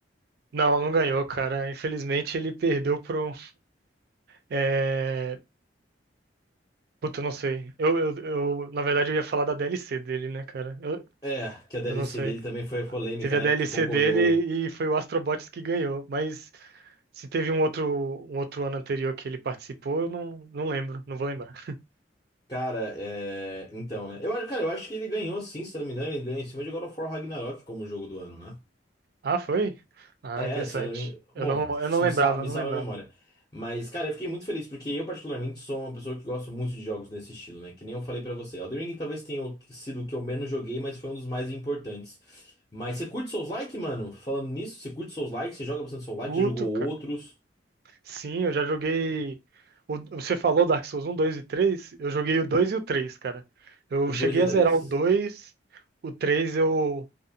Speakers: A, on the right (about 55°); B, on the left (about 25°).
A: Não, não ganhou, cara. Infelizmente ele perdeu pro. É... Puta, eu não sei. Eu, eu, eu- na verdade, eu ia falar da DLC dele, né, cara? Eu,
B: É, que a DLC
A: eu não sei.
B: dele também foi polêmica,
A: Teve a
B: né?
A: DLC
B: Porque concorreu.
A: dele e foi o Astrobots que ganhou. Mas se teve um outro, um outro ano anterior que ele participou, eu não, não lembro, não vou lembrar.
B: Cara, é. Então, né? Eu, acho- cara, eu acho que ele ganhou sim, se não me engano, ele ganhou em cima de God of War Ragnarok como jogo do ano, né?
A: Ah, foi? Ah,
B: É,
A: interessante.
B: se eu não me engano.
A: Eu
B: Bom,
A: não, eu não lembrava,
B: me sal- me
A: não
B: salva
A: lembrava.
B: a memória. Mas, cara, eu fiquei muito feliz porque eu, particularmente, sou uma pessoa que gosta muito de jogos nesse estilo, né? Que nem eu falei pra você. Elden Ring talvez tenha o- sido o que eu menos joguei, mas foi um dos mais importantes. Mas você curte Souls-like, mano? Falando nisso, você curte Souls-like? Você joga bastante Souls-like?
A: Puto,
B: Já jogou
A: cara.
B: outros?
A: Sim, eu já joguei. o- você falou Dark Souls um 2 e três Eu joguei o 2 e o três cara. Eu
B: O
A: cheguei
B: 2 e o
A: a
B: 3?
A: zerar o dois o 3 eu